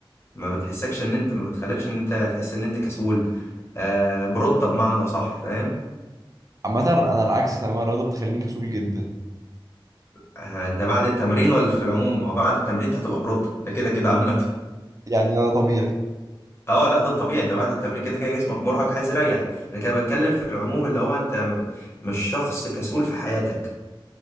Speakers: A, on the left (about 30°); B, on the right (about 40°).
A: ما بتحسكش ان انت ما بتخلكش ان انت تحس ان انت كسول آه بروتة بمعنى اصح فاهم
B: عامه انا العكس تماما الرياضه بتخليني كسول جدا
A: آه ده بعد التمرين ولا في العموم ما هو بعد التمرين انت هتبقى بروتة ده كده كده عامة
B: يعني انا طبيعي
A: <laughs> اه لا ده الطبيعي انت بعد التمرين كده كده جسمك مرهق عايز يريح انا كده بتكلم في العموم اللي هو انت م- مش شخص كسول في حياتك